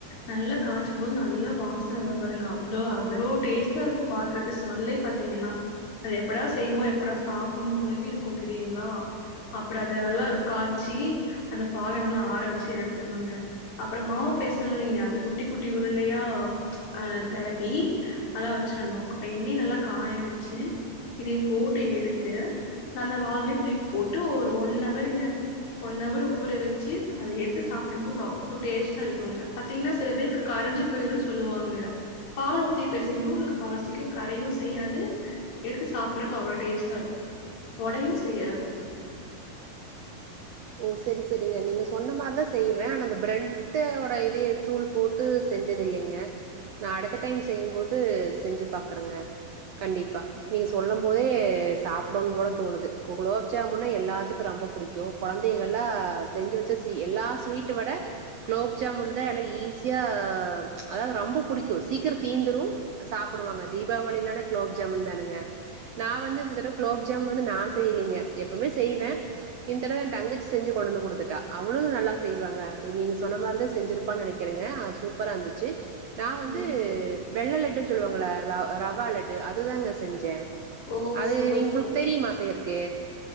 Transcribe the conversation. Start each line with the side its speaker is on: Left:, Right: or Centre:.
Left: நல்லா காச்சும் போது நல்லா வாசன வரு பாருங்க அவ்ளோ அவ்ளோ டேஸ்டா இருக்கு பாக்குறப்பயே ஸ்மெல்லே பாத்தீங்கன்னா அது எப்படா செய்வோ எப்படா சாப் ஒண்ணு போலவே இருக்கு தெரியுங்களா, அப்ற அத நல்லா காச்சி அந்த பாக நல்லா ஆற வச்சி எடுத்துறணுங்க, அப்றம் மாவு பெசணும் இல்லைங்க அது குட்டி குட்டி உருண்டையா ஆ தெரட்டி அதெல்லா வச்சிரணு அப்ப எண்ணெய் நல்லா காய வச்சி இதய போட்டு எடுத்து நல்லா வாகுலயு தூக்கி போட்டு ஒரு ஒன்னவருங்க ஒன்னவர் ஊற வச்சி அத எடுத்து சாப்டும் போது அவ்ளோ டேஸ்டா இருக்குங்க. பாத்தீங்கன்னா சில பேருக்கு கரஞ்சி போயிருன்னு சொல்லுவாங்க பால் ஊத்தி பெசையும்போது உங்களுக்கு அவ்ளோ சீக்ரோ கரையவு செய்யாது எடுத்து சாப்ட்றக்கு அவ்ளோ டேஸ்டா இருக்கு ஒடையவு செய்யாது
Right: ஓ செரி செரிங்க நீங்க சொன்ன மாரிதா செய்வே ஆனா அந்த பிரெட் ஓட இதயே தூள் போட்டு செஞ்சது இல்லைங்க, நா அடுத்த டைம் செய்யும் போது செஞ்சி பபாக்குறேங்க கண்டிப்பா நீங்க சொல்லம் போதே சாப்டனும்போல தோணுது குலோப்ஜாமுன்னா எல்லாத்துக்கு ரொம்ப பிடிக்கு கொழந்தைகள்லா செஞ்சி வச்சா எல்லா ஸ்வீட்ட விட குலோப் ஜாமுன்தா எல்லா ஈஸியா அதாவது ரொம்ப பிடிக்கு சீக்கரோ தீந்துரு சாப்டுவாங்க தீபாவளினான குலோப்ஜாமுன் தானங்க நா
Left: ஆமா
Right: வந்து இந்த தடவ குலோப்ஜாமுன் வந்து நா செய்லிங்க எப்பவுமே செய்வ இந் தடவ என் தங்கச்சி செஞ்சு கொண்டுவந்து குடுத்துட்டா. அவளு நல்லா செய்வாங்க நீங்க சொன்ன மாரிதா செஞ்சுருப்பானு நெனைக்கிறங்க அ சூப்பரா இருந்துச்சு நா வந்து
Left: ம்
Right: வெள்ள லட் டுனு சொல்வாங்கள ர ரவா லட்டு அதுதாங்க செஞ்சே
Left: ஓ
Right: அது
Left: சூப்பர்
Right: நீங்க
Left: சூப்பர்
Right: உங்ளுக்கு தெரியுமா செய்யறக்கு